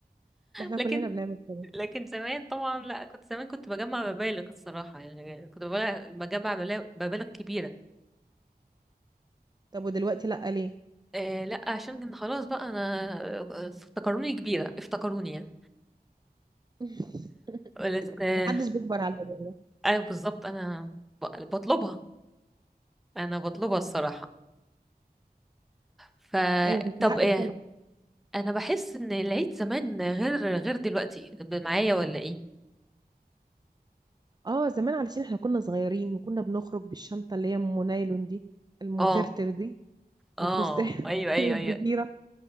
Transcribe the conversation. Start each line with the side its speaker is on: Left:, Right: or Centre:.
Right: ما احنا
Centre: لكن
Right: كلنا بنعمل كده
Centre: لكن زمان طبعا لا كنت زمان كنت بجمع مبالغ الصراحه يعني كنت بجمع بجمع ملا- مبالغ كبيره
Right: طب ودلوقتي لا ليه
Centre: آه لا عشان كان خلاص بقى انا آه، افتكروني كبيره افتكروني يعني
Right: <laughs>
Centre: بس آه
Right: محدش بيكبر على الأداء
Centre: ايوه بالظبط انا ب- بطلبها انا بطلبها الصراحه فطب
Right: ايوه تستحق
Centre: ايه
Right: الطلب.
Centre: انا بحس ان العيد زمان غير غير دلوقتي معايا ولا ايه
Right: اه زمان علشان احنا كنا صغيرين وكنا بنخرج بالشنطة اللي هي ام نايلون دي المترتر
Centre: اه
Right: دي
Centre: اه
Right: والفستان
Centre: ايوه
Right: <laughs>
Centre: ايوه
Right: الكبيرة
Centre: ايوه